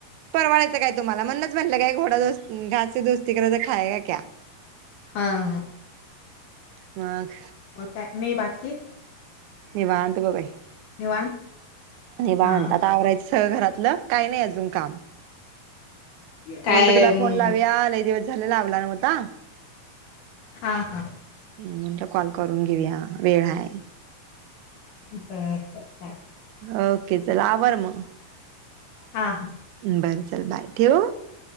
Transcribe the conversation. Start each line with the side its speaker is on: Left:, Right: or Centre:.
Right: परवाडायचं काय तुम्हाला म्हणूनच म्हटलं काय घोडा जस् घाससे दोस्ती करेगा तो खाएगा क्या?
Left: हा ह
Right: मग
Left: काय नाही बाकी
Right: निवांत <unintelligible> ब बाई
Left: निवांत?
Right: निवांत
Left: हां,
Right: आता आवरायच सगळ घरातलं काही नाही अजून काम
Left: काय
Right: म्हटल तुला
Left: अं,
Right: फोन लावूया लई दिवस झाल लावला नव्हता.
Left: हा हा
Right: ह म्हणलं कॉल करून घेऊया वेळ हाय
Left: हम्म हू
Right: ओके चला आभार मग
Left: हां, हां,
Right: हम् बर चल बाय ठेवू.